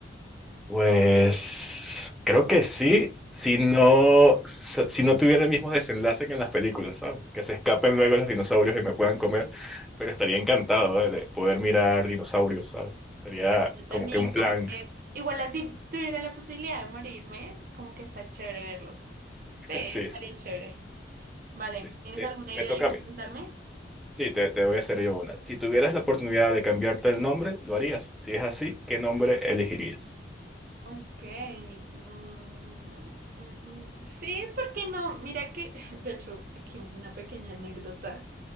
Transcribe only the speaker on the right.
Claro, yo también,
como que, igual así tuviera la posibilidad de morirme, como que está chévere verlos. Sí,
estaría
chévere. Vale,
¿tienes
alguna
idea
de qué
preguntarme?
Ok. mm, mm, mm, sí, ¿por qué no? Mira que, <laughs> de hecho, aquí una pequeña anécdota.